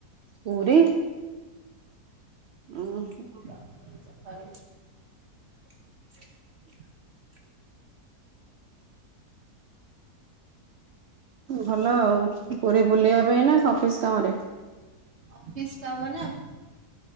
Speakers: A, on the right; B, on the right.
A: ପୁରୀ। ଓହୋ।
B: ପଳେଇବି ଚାରିଟା ବେଳକୁ।
A: <inaudible> ଭଲ ଆଉ ପୁରୀ ବୁଲିବା ପାଇଁନା ଅଫିସ୍ କାମରେ।
B: ଅଫିସ୍ କାମନା।